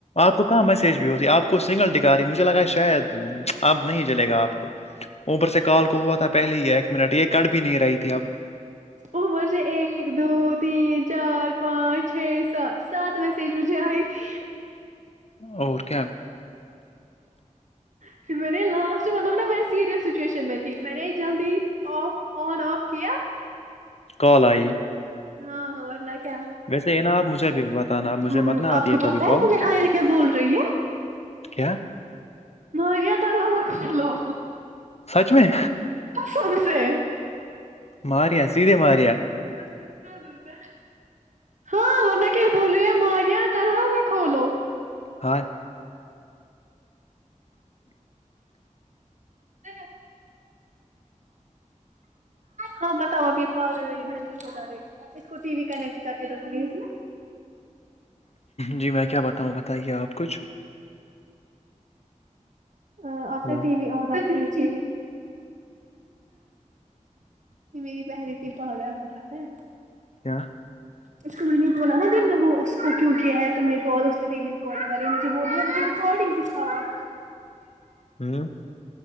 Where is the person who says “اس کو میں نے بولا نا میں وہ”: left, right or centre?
Right